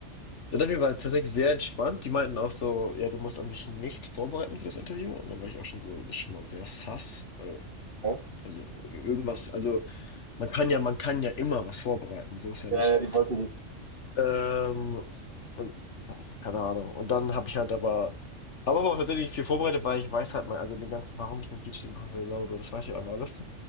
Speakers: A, on the left (about 70°); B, on the right (about 45°).
A: Interview war tatsächlich sehr entspannt. Die meinten auch so, ja, du musst an sich nichts vorbereiten für das Interview. Und dann war ich auch schon so, das ist schon mal sehr sass. Weil,
B: Ja,
A: also irgendwas, also man kann ja, man kann ja immer was vorbereiten, so ist ja
B: ja,
A: nicht.
B: ja, die wollten dich.
A: Ähm, und keine Ahnung. Und dann habe ich halt aber, habe aber auch tatsächlich viel vorbereitet, weil ich weiß halt mal, also den ganzen, warum ich einen PhD machen will, bla bla bla, das weiß ich einfach alles.